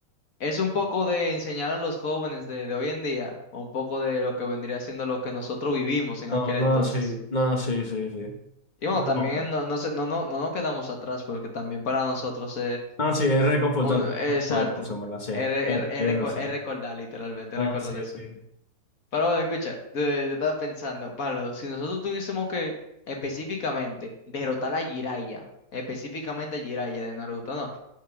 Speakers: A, on the left; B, on the left.
A: es un poco de enseñar a los jóvenes de, de hoy en día, un poco de lo que vendría siendo lo que nosotros vivimos en
B: No,
A: aquel
B: no,
A: entonces.
B: sí, no, sí, sí, sí.
A: Y bueno,
B: Bueno,
A: también no, no, se no, no, no nos quedamos atrás porque también para nosotros
B: no, sí, es reconfortante.
A: Un- exacto.
B: Lo de Clemson, ¿verdad? Sí,
A: Es re- es re-
B: tienes
A: es reco-
B: razón.
A: es recordar, literalmente,
B: Ah,
A: es recordar
B: sí,
A: eso.
B: sí.
A: Pero bueno, escucha, eh, yo estaba pensando, Pablo, si nosotros tuviésemos que específicamente derrotar a Jiraiya, específicamente a Jiraiya de Naruto, no.